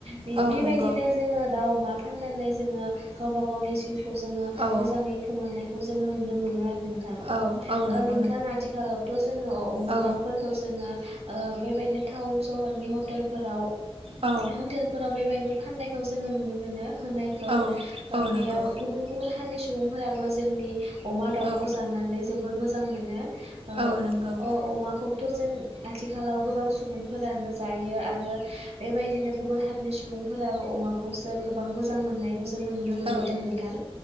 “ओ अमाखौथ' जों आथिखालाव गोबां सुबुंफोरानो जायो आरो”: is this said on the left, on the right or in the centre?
Right